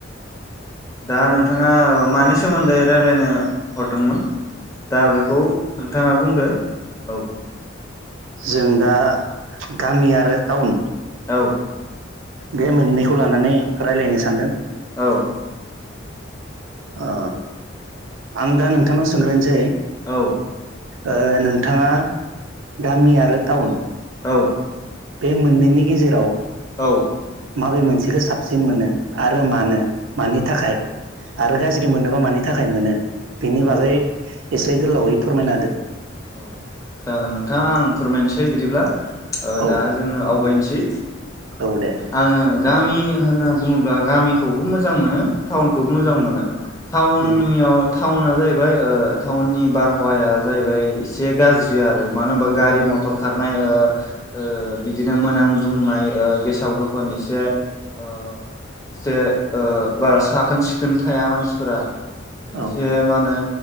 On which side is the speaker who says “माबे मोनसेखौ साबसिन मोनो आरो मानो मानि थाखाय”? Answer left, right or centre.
Right